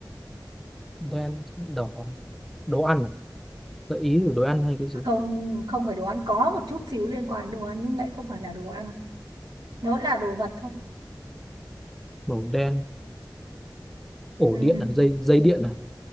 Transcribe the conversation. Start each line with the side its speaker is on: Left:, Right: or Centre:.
Centre: đen đỏ đồ ăn à? gợi ý của đồ ăn hay cái gì
Right: Không không phải đồ ăn có một chút xíu liên quan đến đồ ăn nhưng lại không phải là đồ ăn. Nó là đồ vật thôi.
Centre: màu đen ổ
Right: Ừ,
Centre: điện là dây dây điện à